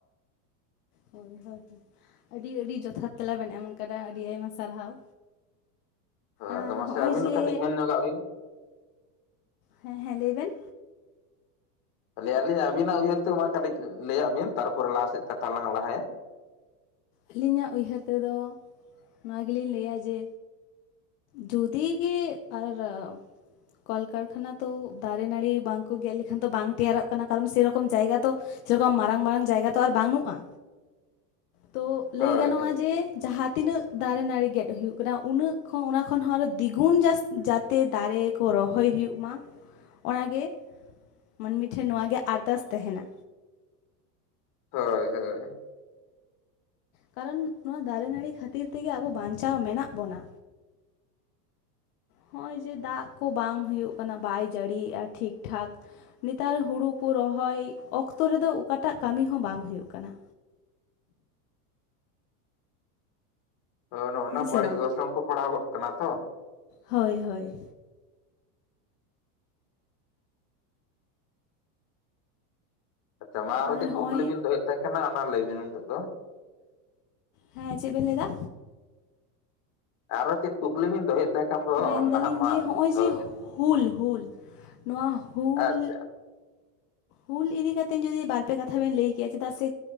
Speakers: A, on the left; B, on the left.
A: ᱦᱳᱭ ᱦᱳᱭ ᱟᱹᱰᱤ ᱟᱹᱰᱤ ᱡᱚᱛᱷᱟᱛ ᱛᱮᱞᱟ ᱵᱮᱱ ᱮᱢ ᱠᱟᱫᱟ ᱟᱹᱰᱤ ᱟᱭᱢᱟ ᱥᱟᱨᱦᱟᱣ
B: ᱦᱳᱭ
A: ᱟᱨ
B: ᱟᱫᱚ ᱢᱟᱥᱮ
A: ᱦᱚᱸᱜᱼᱚᱭ
B: ᱟᱹᱵᱤᱱ
A: ᱡᱮ
B: ᱦᱚ ᱠᱟᱹᱴᱤᱡ ᱢᱮᱱ ᱧᱚᱸᱜᱟᱜ ᱵᱤᱱ
A: ᱦᱮᱸ ᱦᱮᱸ ᱞᱟᱹᱭ ᱵᱮᱱ
B: ᱞᱟᱹᱭ ᱟᱞᱤᱧ ᱟᱹᱵᱤᱱᱟᱜ ᱩᱭᱦᱟᱹᱨ ᱛᱮ ᱢᱟ ᱠᱟᱹᱴᱤᱡ ᱞᱟᱹᱭᱟᱜ ᱵᱤᱱ ᱛᱟᱨᱯᱚᱨᱮ ᱞᱟᱦᱟ ᱥᱮᱫ ᱠᱟᱛᱷᱟ ᱞᱟᱝ ᱞᱟᱦᱟᱭᱟ
A: ᱟᱹᱞᱤᱧᱟᱜ ᱩᱭᱦᱟᱹᱨ ᱛᱮ ᱫᱚ ᱱᱚᱣᱟ ᱜᱮᱞᱤᱧ ᱞᱟᱹᱭᱼᱟ ᱡᱮ, ᱡᱩᱫᱤ ᱜᱮ ᱟᱨᱼᱼ ᱠᱚᱞ ᱠᱟᱨᱠᱷᱟᱱᱟ ᱛᱚ ᱫᱟᱨᱮ ᱱᱟᱲᱤ ᱵᱟᱝ ᱠᱚ ᱜᱮᱫ ᱞᱮᱠᱷᱟᱱ ᱫᱚ ᱵᱟᱝ ᱛᱮᱭᱟᱨᱚᱜ ᱠᱟᱱᱟ ᱠᱟᱨᱚᱱ ᱥᱮᱨᱚᱠᱚᱢ ᱡᱟᱭᱜᱟ ᱛᱚ ᱥᱮᱨᱠᱚᱢ ᱢᱟᱨᱟᱝ ᱢᱟᱨᱟᱝ ᱡᱟᱭᱜᱟ ᱛᱚ ᱟᱨ ᱵᱟᱱᱩᱜᱼᱟ᱾ ᱛᱚ
B: ᱦᱳᱭ᱾
A: ᱞᱟᱹᱭ ᱜᱟᱱᱚᱜᱼᱟ ᱡᱮ ᱡᱟᱦᱟᱸ ᱛᱤᱱᱟᱹᱜ ᱫᱟᱨᱮ ᱱᱟᱹᱲᱤ ᱜᱮᱫ ᱦᱩᱭᱩᱜ ᱠᱟᱱᱟ ᱩᱱᱟᱹᱜ, ᱠᱷᱚ ᱚᱱᱟ ᱠᱷᱚᱱ ᱦᱚᱸ ᱟᱨᱚ ᱫᱤᱜᱩᱱ ᱡᱟᱥᱛᱤ ᱡᱟᱛᱮ ᱫᱟᱨᱮ ᱠᱚ ᱨᱚᱦᱚᱭ ᱦᱩᱭᱩᱜ ᱢᱟ᱾ ᱚᱱᱟᱜᱮ ᱢᱟᱹᱱᱢᱤ ᱴᱷᱮᱱ ᱱᱚᱣᱟ ᱜᱮ ᱟᱨᱫᱟᱥ ᱛᱟᱦᱮᱱᱟ᱾
B: ᱦᱳᱭ ᱦᱳᱭ᱾
A: ᱠᱟᱨᱚᱱ ᱱᱚᱣᱟ ᱫᱟᱨᱮ ᱱᱟᱹᱲᱤ ᱠᱷᱟᱹᱛᱤᱨ ᱛᱮᱜᱮ ᱟᱵᱚ ᱵᱟᱧᱪᱟᱣ ᱢᱮᱱᱟᱜ ᱵᱚᱱᱟ᱾ ᱦᱚᱸᱜᱼᱚᱭ ᱡᱮ ᱫᱟᱜ ᱠᱚ ᱵᱟᱝ ᱦᱩᱭᱩᱜ ᱠᱟᱱᱟ ᱵᱟᱭ ᱡᱟᱹᱲᱤᱜᱼᱟ ᱴᱷᱤᱠ ᱴᱷᱟᱠ ᱱᱮᱛᱟᱨ ᱦᱩᱲᱩ ᱠᱚ ᱨᱚᱦᱚᱭ ᱚᱠᱛᱚ ᱨᱮᱫᱚ ᱚᱠᱟᱴᱟᱜ ᱠᱟᱹᱢᱤ ᱦᱚᱸ ᱵᱟᱝ ᱦᱩᱭᱩᱜ ᱠᱟᱱᱟ᱾
B: ᱱᱚᱜᱼᱚ
A: ᱦᱮᱸ
B: ᱱᱚᱣᱟ
A: ᱥᱮ
B: ᱵᱟᱹᱲᱤᱡ
A: ᱵᱟᱝ
B: ᱚᱨᱥᱚᱝ ᱠᱚ ᱯᱟᱲᱟᱣ ᱜᱚᱫ ᱠᱟᱱᱟ ᱛᱚ᱾
A: ᱦᱳᱭ ᱦᱳᱭ᱾
B: ᱟᱪᱪᱷᱟ ᱢᱟ ᱟᱨᱚ
A: ᱟᱨ
B: ᱪᱮᱫ ᱠᱩᱠᱞᱤ
A: ᱦᱚᱸᱜᱼᱚᱭ
B: ᱵᱤᱱ ᱫᱚᱦᱚᱭᱮᱫ ᱛᱟᱦᱮᱸᱜ ᱠᱟᱱᱟ ᱚᱱᱟ ᱞᱟᱹᱭᱵᱤᱱ ᱱᱤᱛᱚᱜ ᱫᱚ᱾
A: ᱦᱮᱸ ᱪᱮᱫ ᱵᱮᱱ ᱞᱟᱹᱭ ᱫᱟ?
B: ᱟᱨᱚ ᱪᱮᱫ ᱠᱩᱠᱞᱤ ᱵᱤᱱ ᱫᱚᱦᱚᱭᱮᱫ ᱛᱟᱦᱮᱸᱫ ᱠᱷᱟᱱ ᱫᱚ
A: ᱢᱮᱱᱫᱟᱞᱤᱧ
B: ᱱᱟᱦᱟᱜ ᱢᱟ
A: ᱡᱮ ᱦᱚᱸᱜᱼᱚᱭ
B: ᱫᱚᱦᱚ
A: ᱡᱮ
B: ᱵᱤᱱ
A: ᱦᱩᱞ ᱦᱩᱞ ᱱᱚᱣᱟ ᱦᱩᱞ
B: ᱟᱪᱪᱷᱟ᱾
A: ᱦᱩᱞ ᱤᱫᱤ ᱠᱟᱛᱮ ᱡᱩᱫᱤ ᱵᱟᱨᱯᱮ ᱠᱟᱛᱷᱟ ᱵᱮᱱ ᱞᱟᱹᱭ ᱠᱮᱭᱟ ᱪᱮᱫᱟᱜ ᱥᱮ